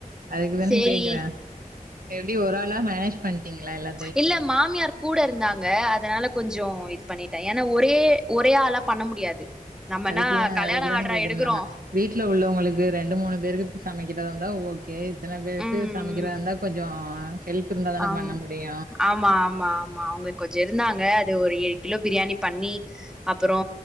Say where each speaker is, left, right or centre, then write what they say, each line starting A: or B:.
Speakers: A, on the right; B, in the centre.
A: அதுக்குதான
B: சேரி
A: கேக்குறே எப்டி ஒரு ஆளா மேனேஜ் பண்ட்டீங்களா எல்லா
B: இல்ல மாமியார் கூட இருந்தாங்க அதுனால கொஞ்சோ இது பண்ணிட்டே ஏனா ஒரே ஒரே ஆளா பண்ண முடியாது நம்மனா
A: அதுக்குதா
B: கல்யாண
A: அதுக்குதானே
B: ஆட்றா
A: கேக்குறே
B: எடுக்குறோ
A: நம்ம வீட்ல உள்ளவங்களுக்கு ரெண்டு மூணு பேருக்கு சமைக்கிறதந்தா ஓ கே இத்தன பேருக்கு
B: ம்
A: சமைக்கிறதந்தா
B: ம்
A: கொஞ்சோ ஹெல்ப் இருந்தா தான
B: ஆம்
A: பண்ண முடியு
B: ஆமா ஆமா ஆமா அவங்க கொஞ்சோ இருந்தாங்க அது ஒரு ஏழு கிலோ பிரியாணி பண்ணி அப்பறோ